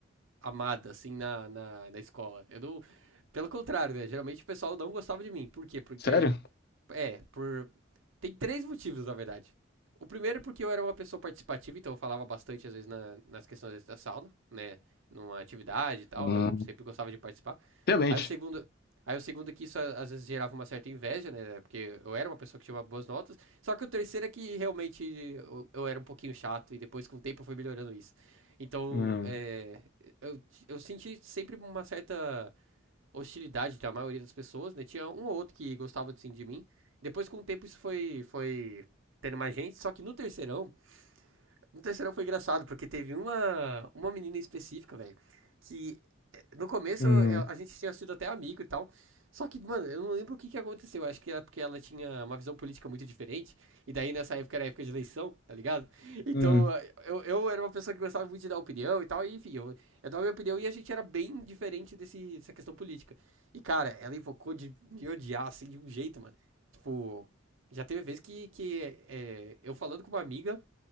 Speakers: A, on the right; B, on the left.
A: amada, assim, na, na, na escola. Eu não. Pelo contrário, né? Geralmente o pessoal não gostava de mim. Por quê? Porque.
B: Sério?
A: É, por. Tem três motivos, na verdade. O primeiro é porque eu era uma pessoa participativa, então eu falava bastante, às vezes, na, nas questões da sala, né? Numa atividade e tal,
B: Hum,
A: eu sempre gostava de participar.
B: excelente.
A: Aí o segundo. Aí o segundo é que isso às vezes gerava uma certa inveja, né? Porque eu era uma pessoa que tinha boas notas. Só que o terceiro é que realmente eu, eu era um pouquinho chato e depois com o tempo eu fui melhorando isso. Então,
B: Hum,
A: é, eu, eu senti sempre uma certa hostilidade da maioria das pessoas, né? Tinha um ou outro que gostava assim, de mim. Depois, com o tempo, isso foi, foi tendo mais gente. Só que no terceirão, no terceirão foi engraçado, porque teve uma, uma menina específica, velho, que eh, no começo
B: hum,
A: eh, a gente tinha sido até amigo e tal. Só que, mano, eu não lembro o que que aconteceu. Acho que era porque ela tinha uma visão política muito diferente. E daí nessa época era época de eleição, tá ligado? Então
B: hum,
A: eh, eu, eu era uma pessoa que gostava muito de dar opinião e tal. E enfim, eu, eu dava minha opinião e a gente era bem diferente desse, dessa questão política. E cara, ela invocou de me odiar assim de um jeito, mano. Tipo, já teve vez que, que eh, eh, eu falando com uma amiga